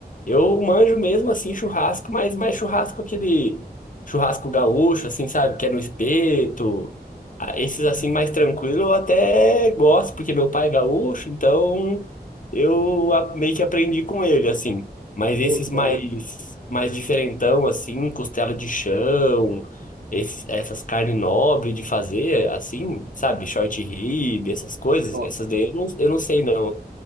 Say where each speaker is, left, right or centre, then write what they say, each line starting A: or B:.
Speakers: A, on the left; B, on the right.
A: Eu manjo mesmo assim churrasco, mas mais churrasco aquele churrasco gaúcho, assim, sabe? Que é no espeto. Ah, Esses assim mais tranquilo eu até gosto, porque meu pai é gaúcho, então eu a- meio que aprendi com ele, assim. Mas
B: Pô,
A: esses
B: que
A: mais
B: da hora.
A: mais diferentão, assim, costela de chão, esses, essas carnes nobres de fazer, assim, sabe? Short rib, essas coisas,
B: Ó,
A: essas daí eu não, eu não sei não.